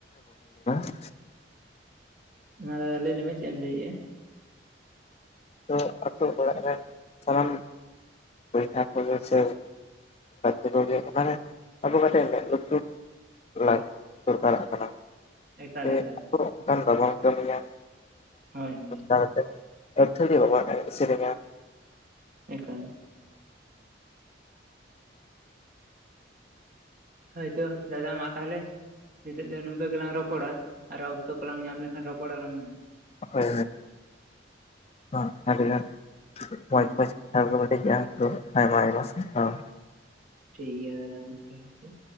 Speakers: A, on the left (about 30°); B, on the right (about 45°).
A: <inaudible>
B: ᱚᱱᱟ ᱫᱟᱫᱟ ᱞᱟᱹᱭ ᱞᱮ ᱢᱮ ᱪᱮᱫ ᱮᱢ ᱞᱟᱹᱭᱮᱜᱼᱟ
A: ᱛᱚ ᱟᱹᱛᱳ ᱚᱲᱟᱜ ᱨᱮᱱ ᱥᱟᱱᱟᱢ ᱵᱚᱭᱦᱟ ᱠᱚᱫᱚ ᱥᱮ <inaudible> ᱞᱟ ᱫᱚᱨᱠᱟᱨᱟᱜ ᱠᱟᱱᱟ
B: ᱮᱠᱟᱞ
A: ᱥᱮ
B: ᱮᱠᱟᱞ
A: ᱚᱱᱠᱟᱱ ᱵᱟᱵᱚᱱ ᱠᱟᱹᱢᱤᱭᱟ
B: ᱦᱳᱭ ᱦᱳᱭ
A: ᱠᱟᱛᱮᱜ ᱮᱛᱷᱟᱨᱤ ᱚ ᱥᱮᱨᱮᱧᱟ
B: ᱮᱠᱟᱞ ᱦᱳᱭᱛᱚ ᱫᱟᱫᱟ ᱢᱟ ᱛᱟᱦᱚᱞᱮ ᱱᱤᱛᱚᱜ ᱫᱚ ᱱᱚᱝᱠᱟ ᱜᱮᱞᱟᱝ ᱨᱚᱯᱚᱲᱟ ᱟᱨ ᱚᱠᱛᱚ ᱠᱚᱞᱟᱝ ᱧᱟᱢ ᱞᱮᱠᱷᱟᱱ ᱨᱚᱯᱚᱲᱟᱞᱟᱝ ᱱᱟᱜ
A: ᱦᱳᱭ ᱦᱳᱭ ᱟᱹᱰᱤᱜᱟᱱ ᱢᱚᱡᱽ
B: ᱦᱳᱭ
A: ᱠᱟᱛᱷᱟ ᱠᱚ ᱵᱮᱱ ᱴᱷᱤᱠ ᱜᱮᱭᱟ ᱛᱚ ᱟᱭᱢᱟ ᱟᱭᱢᱟ ᱥᱟᱨᱦᱟᱣ
B: ᱴᱷᱤᱠ ᱜᱮᱭᱟ <inaudible>